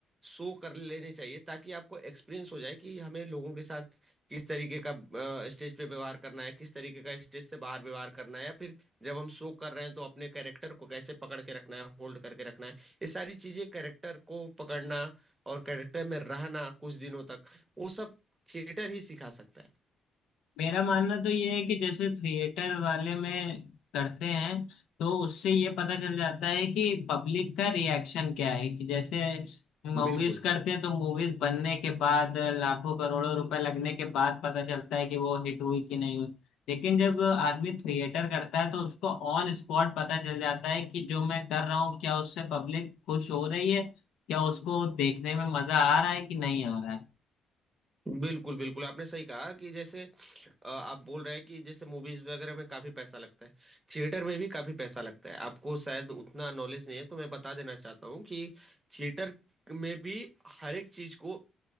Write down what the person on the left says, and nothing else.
मेरा मानना तो ये है कि जैसे थिएटर वाले में करते हैं तो उससे ये पता चल जाता है कि पब्लिक का रिएक्शन क्या है कि जैसे मूवीज
करते हैं तो मूवीज बनने के बाद लाखों करोड़ों रुपए लगने के बाद पता चलता है कि वो हिट हुई कि नहीं हुई लेकिन जब आदमी थिएटर करता है तो उसको ऑन स्पॉट पता चल जाता है कि जो मैं कर रहा हूँ क्या उससे पब्लिक खुश हो रही है क्या उसको देखने में मजा आ रहा है कि नहीं आ रहा है